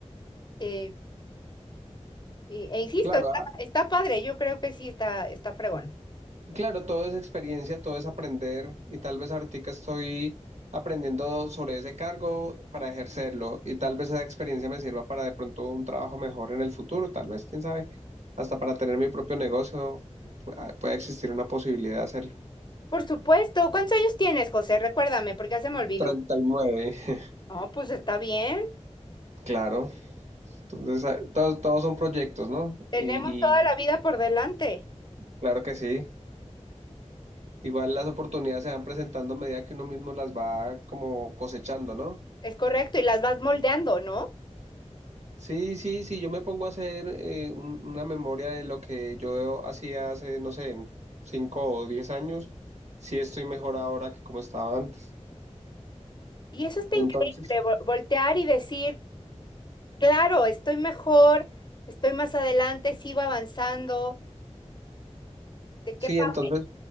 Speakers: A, on the left; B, on the right.
A: eh, Y- e insisto,
B: Claro,
A: está, está padre, yo creo que sí está, está fregón.
B: Claro, todo es experiencia, todo es aprender y tal vez ahorita estoy aprendiendo sobre ese cargo para ejercerlo y tal vez esa experiencia me sirva para de pronto un trabajo mejor en el futuro, tal vez, quién sabe, hasta para tener mi propio negocio pu- puede existir una posibilidad de hacerlo.
A: Por supuesto, ¿cuántos años tienes, José? Recuérdame, porque ya se me olvidó.
B: treinta y nueve. <laughs>
A: No, pues está bien.
B: claro. Entonces, ah, todos, todos son proyectos, ¿no?
A: Tenemos
B: Y,
A: toda
B: y
A: la vida por delante.
B: claro que sí. Igual las oportunidades se van presentando a medida que uno mismo las va como cosechando, ¿no?
A: Es correcto, y las vas moldeando, ¿no?
B: Sí, sí, sí, yo me pongo a hacer eh, un- una memoria de lo que yo hacía hace, no sé, cinco o diez años, sí estoy mejor ahora que como estaba antes.
A: Y eso está
B: Entonces,
A: increíble, vo- voltear y decir, claro, estoy mejor, estoy más adelante, sigo avanzando. ¿De
B: sí,
A: qué pa-
B: entonces,